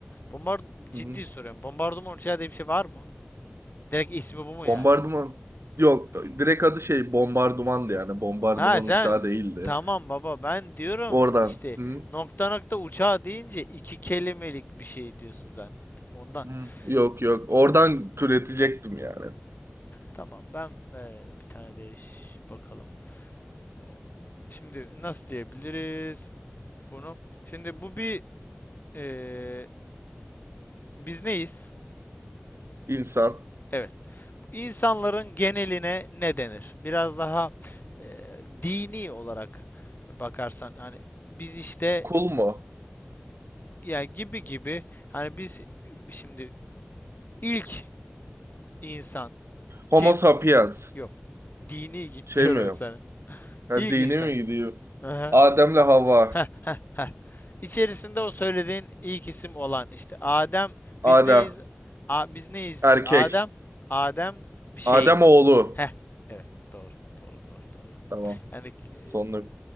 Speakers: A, on the left; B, on the right.
A: Bombard ciddi
B: Hı hı.
A: soruyorum. Bombardıman uçağı diye bir şey var mı? Direkt ismi bu mu yani?
B: Bombardıman. Yok direkt adı şey bombardımandı yani. Bombardıman
A: Ha sen
B: uçağı değildi.
A: tamam baba ben diyorum
B: Oradan.
A: işte
B: hı.
A: nokta nokta uçağı deyince iki kelimelik bir şey diyorsun zannettim ondan.
B: Hı. Yok yok.
A: Ee,
B: Oradan türetecektim yani.
A: Tamam ben eee, bir tane değiş bakalım. Eee, şimdi nasıl diyebiliriz bunu? Şimdi bu bir eee, biz neyiz?
B: İnsan.
A: Evet. İnsanların geneline ne denir? Biraz daha eee, dini olarak bakarsan hani biz işte
B: Kul mu?
A: ya gibi gibi hani biz şimdi ilk insan kim?
B: Homo sapiens.
A: Yok. Dini git
B: Şey
A: diyorum
B: mi?
A: sana.
B: Ha,
A: İlk
B: dine
A: insan.
B: mi gidiyor?
A: Aha.
B: Adem'le Havva.
A: Heh, heh, heh. İçerisinde o söylediğin ilk isim olan işte Adem biz
B: Adem.
A: neyiz? A, biz neyizdir?
B: Erkek.
A: Adem, Adem bir şeyi.
B: Adem oğlu.
A: Heh. Evet, doğru, doğru, doğru, doğru.
B: Tamam.
A: Yani e,
B: Sonunda.